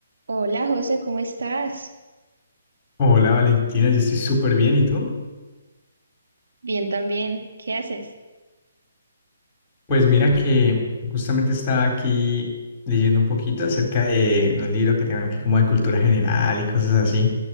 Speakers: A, on the right; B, on the left.
A: Hola José, ¿cómo estás?
B: Hola Valentina, yo estoy súper bien. ¿Y tú?
A: Bien también, ¿qué haces?
B: Pues mira que justamente estaba aquí leyendo un poquito acerca de, de un libro que tengo aquí como de cultura general y cosas así.